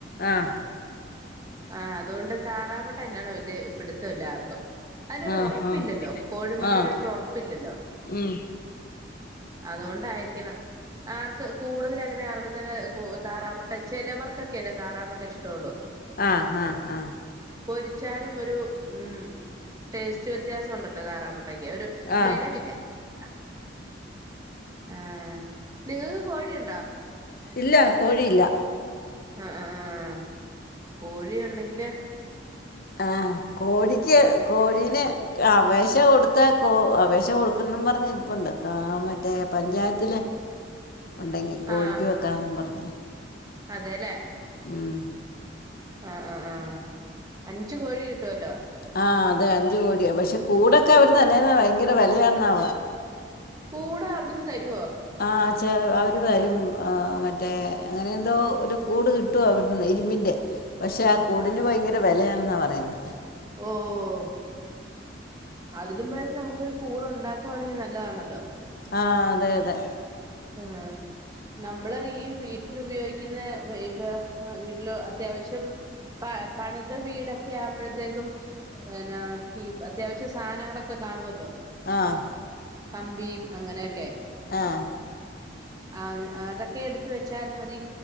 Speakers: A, on the left; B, on the right.
A: ആഹ്
B: ആഹ് അതുകൊണ്ട് താറാമൊട്ട എന്നാണോ വല്യ പിടുത്തമില്ല ആർക്കും അയിനൊരു
A: ആഹ്
B: ഒറപ്പില്ലല്ലോ
A: ആഹ്
B: കോഴിമുട്ടയുടെ
A: ആഹ്
B: അത്ര ഒറപ്പില്ലല്ലോ
A: ഉം
B: അതുകൊണ്ടായിരിക്കണം ആർക്ക് കൂടുതൽ അങ്ങനെ ആർക്ക് അങ്ങനെ കു താറാമൊട്ട ചെലവർക്കൊക്കെയല്ലേ താറാമൊട്ട ഇഷ്ട്ടവൊള്ളൂ
A: ആഹ് ആഹ് ആഹ്
B: പൊരിച്ചാലും ഒരു ഉം ടേസ്റ്റ് വ്യത്യാസമുണ്ടല്ലോ താറാമുട്ടയ്ക്ക് ഒരു
A: ആഹ്
B: ബലവില്ല ആഹ് ആഹ് നിങ്ങൾക്ക് കോഴിയുണ്ടോ
A: ഇല്ല കോഴിയില്ല
B: ആഹ് ആഹ് ആഹ് കോഴിയുണ്ടെങ്കില്
A: ആഹ് കോഴിക്ക് കോഴീന് അപേക്ഷ കൊടുത്താ കോ അപേക്ഷ കൊടുക്കുന്ന് പറഞ്ഞിരിപ്പുണ്ട് ആഹ് മറ്റേ പഞ്ചായത്തില് ഉണ്ടെങ്കി കോഴിക്ക്
B: ആ
A: വെക്കാന്നും പറഞ്ഞ്
B: അതെല്ലേ
A: ഉം
B: ആഹ് ആഹ് ആഹ് അഞ്ചു കോഴി കിട്ടുവല്ലോ
A: ആ അതെ അഞ്ചു കോഴി പക്ഷെ കൂടൊക്കെ അവർ തര്ന്ന ഭയങ്കര വെലയാന്ന
B: കൂട് അവിടുന്ന് തരുവോ
A: ആ ചെ അവര് വരുംഅ മറ്റേ അങ്ങനെന്തോ ഒരു കൂട് കിട് ട്ടും അവിടുന്ന് ഇരുമ്പിൻ്റെ പക്ഷേ ആ കൂടിന് ഭയങ്കര വിലയാണെന്നാ പറയുന്നെ
B: ഓഹ് അതിലും ഭേതം നമുക്കൊരു കൂടെ ഉണ്ടാക്കുവാണെങ്കിൽ നല്ലതാണല്ലോ
A: ആഹ് അതെ അതെ
B: ആഹ് നമ്മള് ഈ വീട്ടിൽ ഉപയോഗിക്കുന്ന വൈബ് ആ വീട്ടിലോ അത്യാവശ്യം പ പണിത വീടൊക്കെ ആവുമ്പോഴത്തേക്കും പിന്നാ ഈ അത്യാവശ്യം സാധനങ്ങളൊക്കെ കാണുവല്ലോ
A: ആഹ്
B: കമ്പിയും അങ്ങനെയൊക്കെ
A: ആഹ്
B: ആഹ് അതൊക്കെ എടുത്ത് വെച്ചാൽ മതി